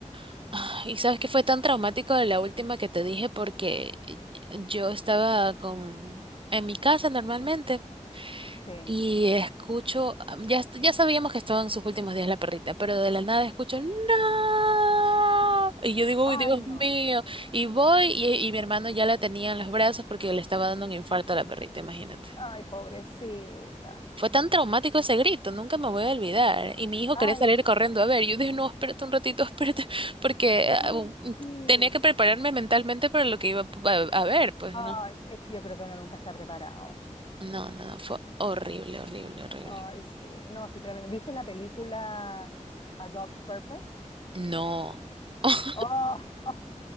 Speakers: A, on the right; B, on the left.
A: <sighs> ah, y sabes que fue tan traumático de la última que te dije porque eh, yo estaba con en mi casa normalmente.
B: Sí.
A: Y escucho, ah, ya, est- ya sabíamos que estaba en sus últimos días la perrita, pero de la nada escucho, ¡No! Y yo digo,
B: Ay,
A: ¡Uy, Dios
B: no.
A: mío! Y voy y, y mi hermano ya la tenía en los brazos porque le estaba dando un infarto a la perrita, imagínate.
B: Ay, pobrecita.
A: Fue tan traumático ese grito, nunca me voy a olvidar. Y mi hijo
B: Ay,
A: quería salir
B: no.
A: corriendo a ver. Yo dije, no, espérate un ratito, <laughs> espérate, porque ah,
B: Ay,
A: um,
B: sí.
A: tenía que prepararme mentalmente para lo que iba a, a a ver, pues
B: Ay,
A: no.
B: eh, yo creo que uno nunca está preparado.
A: No, no, no, fue horrible, horrible, horrible.
B: Ay, sí. No, sí, tremendo. ¿Viste la película A Dog's Purpose?
A: No. <laughs>
B: Oh, <laughs>